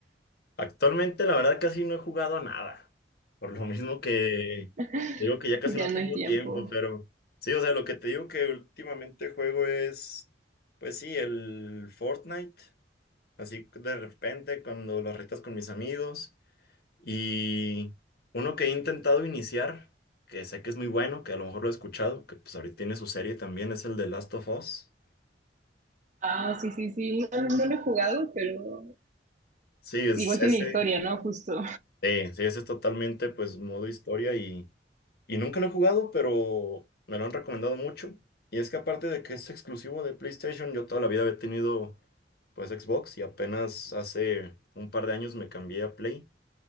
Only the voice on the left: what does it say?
Actualmente, la verdad, casi no he jugado a nada. Por lo mismo que
te digo que ya casi no
tengo
tiempo, pero sí, o sea, lo que te digo que últimamente juego es, pues sí, el Fortnite. Así de repente, cuando las retas con mis amigos. Y uno que he intentado iniciar, que sé que es muy bueno, que a lo mejor lo he escuchado, que pues ahorita tiene su serie también, es el de Last of Us.
Sí, es
ese.
Sí, sí, ese es totalmente, pues, modo historia y. Y nunca lo he jugado, pero me lo han recomendado mucho. Y es que aparte de que es exclusivo de PlayStation, yo toda la vida había tenido pues Xbox y apenas hace un par de años me cambié a Play.